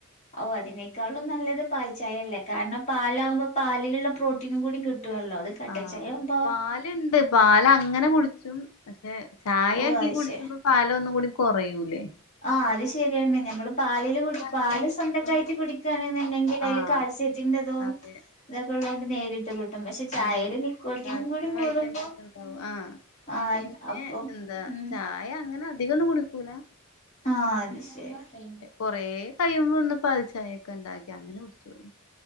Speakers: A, on the left (about 30°); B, on the left (about 75°).
A: ഓഹ് അതിനേക്കാളും നല്ലത് പാൽചായല്ലേ കാരണം പാലാവുമ്പോ പാലിലുള്ള പ്രോട്ടീനും കൂടി കിട്ടുവല്ലോ അത് കട്ടൻ
B: ആഹ്
A: ചായാവുമ്പോ
B: പാലുണ്ട് പാ പാല് അങ്ങനെ കുടിച്ചും പക്ഷെ ചായ
A: ഓ
B: ആക്കി
A: അത്
B: കുടിച്ചുമ്പം
A: ശെ
B: പാല് ഒന്നും കൂടി കുറയൂലേ
A: ആ അത് ശരിയാണ് ഞമ്മള് പാലില് കു
B: അങ്ങനെ
A: പാല്
B: കുടിക്കും
A: സ്വന്തക്കായിട്ട് കുടിക്കണെന്നുണ്ടെങ്കിൽ അതില്
B: ആഹ്
A: കാഴസ്യത്തിന്റെ ഇതും
B: അതെ
A: ഇതൊക്കെള്ളൊണ്ട് നേരിട്ട് കി ട്ടും പക്ഷേ ചായെൽ
B: ആഹ്
A: നിക്കോട്ടിനും
B: കാൽസ്യം
A: കൂടി കൂടുമ്പോ
B: വൈറ്റമിനൊക്കെ ഉണ്ടാവും ആഹ്
A: ആഹ്
B: പിന്നെ
A: അപ്പൊ
B: എന്താ
A: ഉം
B: ചായ അങ്ങനെ അധികം ഒന്നും കുടിക്കൂല
A: ആഹ് അത് ശരി
B: കൊറെ കയിയുമ്പോ ഒന്ന് പൽച്ചായൊക്കെ ഉണ്ടാക്കി അങ്ങനെ കുടിച്ചെള്ളു